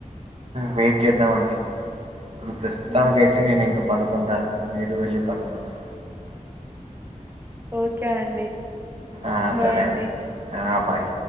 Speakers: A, on the right; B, on the right.
A: వెయిట్ చేద్దామండి ఇప్పుడు ప్రస్తుతానికి
B: హ్మ్
A: అయితే నేను ఇంక పనుకుంటాను మీరు వెళ్ళి పనుకొండి
B: ఓకే అండి
A: ఆ
B: బాయ్
A: సరే
B: అండి
A: ఆ బాయ్